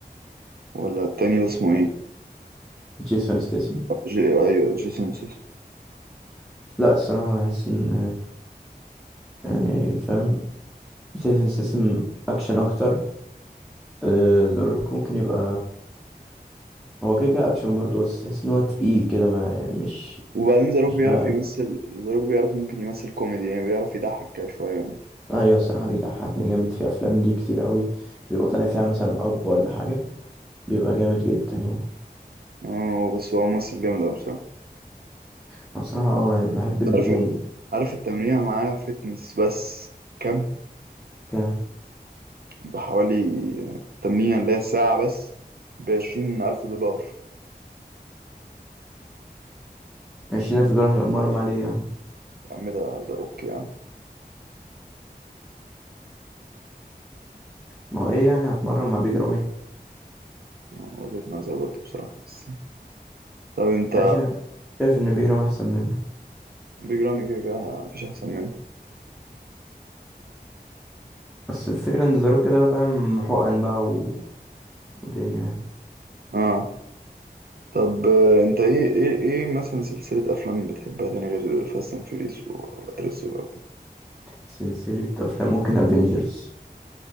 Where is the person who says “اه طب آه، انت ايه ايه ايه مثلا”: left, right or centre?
Right